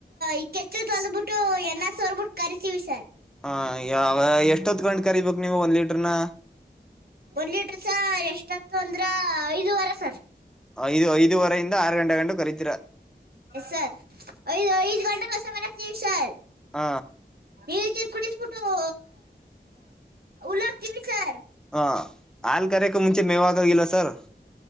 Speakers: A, on the right; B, in the centre.
A: ಇಕ್ಕೆೆಚ್ಲು ತೊಲ್ಬಿಟ್ಟು ಎಣ್ಣೆ ಸೋರ್ಬಿಟ್ಟು ಕರಿತೀವಿ ಸಾರ್
B: ಹಾ ಯಾವ ಎಷ್ಟೊತ್ಕೊಂಡ ಕರಿಬೇಕು ನೀವ್ ಒಂದ್ ಲೀಟ್ರನ
A: ಒಂದು ಲೀಟ್ರ ಸ ಎಷ್ಟತ್ತು ಅಂದ್ರ ಐದ ವಾರ ಸರ್
B: ಐದು ಐದುವರೆಯಿಂದ ಆರು ಗಂಟೆಂಟುಖರೀತು
A: ಎ ಸರ್ ಐದು ಐದು ಗಂಟೆ ಕಸ ಮನೆ ನಿರ್ ಸರ್
B: ಹ
A: ಈಗಕುಟ್ಟ ಇುಟ್ಟು ಉಲ್ಲ ಕ ಸಾರ್
B: ಹ ಹಾ ಕರೆಕ ಮುಂಚೆ ಮೇವ್ಾಗೋಗಲ್ಲ ತ್ತರ